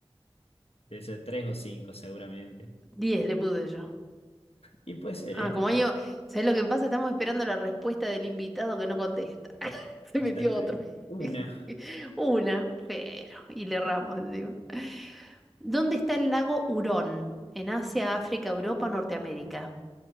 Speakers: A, on the left; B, in the centre.
A: Debe ser tres o cinco, seguramente.
B: Diez le puse yo.
A: Y puede ser,
B: Ah,
A: ¿eh?
B: como yo, ¿sabes lo que pasa? Estamos esperando la respuesta del invitado que no contesta. <laughs>
A: Exactamente.
B: Se metió otro.
A: Una.
B: <laughs> Una, pero. Y le erramos encima. ¿Dónde está el lago Hurón? ¿En Asia, África, Europa, Norteamérica?